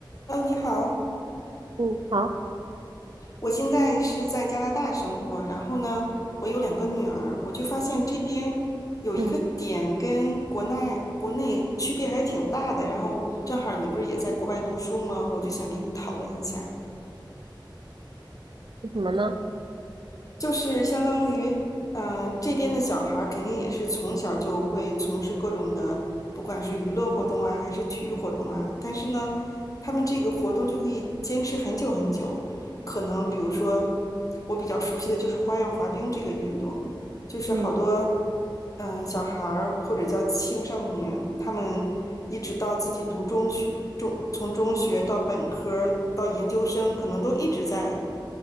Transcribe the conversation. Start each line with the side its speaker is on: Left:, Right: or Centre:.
Left: 哦，你好，
Right: 嗯，好，
Left: 我现在是在加拿大生活，然后呢，我有两个女儿，我就发现这边有一个点跟国内国内区别还挺大的，
Right: 嗯，
Left: 然后正好你不是也在国外读书吗？我就想跟你讨论一下。
Right: 是什么呢？
Left: 就是相当于，嗯、这边的小孩儿肯定也是从小就会从事各种的，不管是娱乐活动啊，还是体育活动啊。但是呢，他们这个活动就可以坚持很久很久。可能比如说，我比较熟悉的就是花样滑冰这个运动，就是好多
Right: 嗯。
Left: 嗯、呃小孩儿或者叫青少年，他们一直到自己读中学，中从中学到本科儿到研究生，可能都一直在